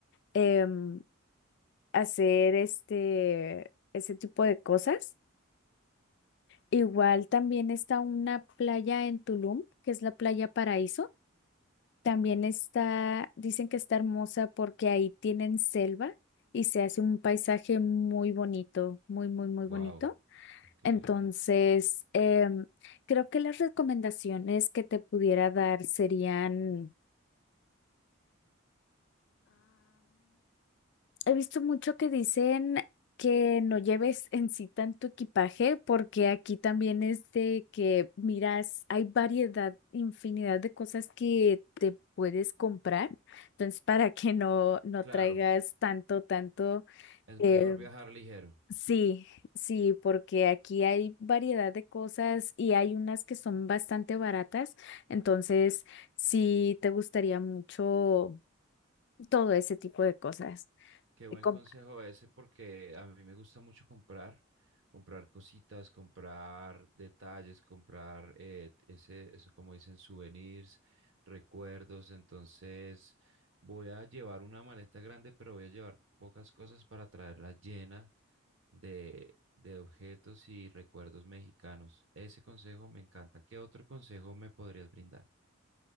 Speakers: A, on the left; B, on the right.
A: em, hacer este, ese tipo de cosas. Igual también está una playa en Tulum, que es la playa Paraíso. También está, dicen que está hermosa porque ahí tienen selva y se hace un paisaje muy bonito, muy, muy, muy
B: Wow,
A: bonito.
B: increíble.
A: Entonces, em, creo que las recomendaciones que te pudiera dar serían, He visto mucho que dicen que no lleves en sí tanto equipaje, porque aquí también es de que miras, hay variedad, infinidad de cosas que te puedes comprar. Entonces, para que no, no
B: Claro,
A: traigas tanto, tanto,
B: es
A: eh,
B: mejor viajar ligero.
A: sí, sí, porque aquí hay variedad de cosas y hay unas que son bastante baratas. Entonces, sí te gustaría mucho todo ese tipo de cosas.
B: Qué buen
A: eh, comprar.
B: consejo ese porque a mí me gusta mucho comprar, comprar cositas, comprar detalles, comprar eh, ese, eso como dicen, souvenirs, recuerdos. Entonces voy a llevar una maleta grande, pero voy a llevar pocas cosas para traerla llena de, de objetos y recuerdos mexicanos. Ese consejo me encanta. ¿Qué otro consejo me podrías brindar?